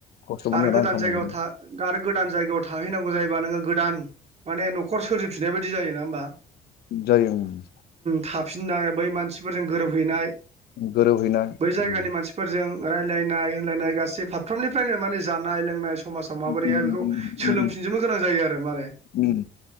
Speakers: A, on the left; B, on the right.
A: खस्थ' मोनो
B: आरो गोदान
A: रां खामायनो
B: जायगायाव थां आरो गोदान जायगायाव थाहैनांगौ जायोबा नोङो गोदान। माने न'खर सोरजिफिननाय बायदि जायो नङा होमबा।
A: जायो उम
B: थाफिन नाय बै मानसिफोरजों गोरोबहैनाय।
A: गोरोबहैनाय
B: बै जायगानि
A: उम
B: मानसिफोरजों। रायलायनाय होनलायनाय गासै फारफ्रोमनिफ्रायनो माने जानाय लोंनाय समाजाव माबोरैहाय
A: उम
B: बेखौ
A: उम
B: सोलोंफिनजोबनो
A: उम
B: गोनां जायो आरो मारै।
A: उम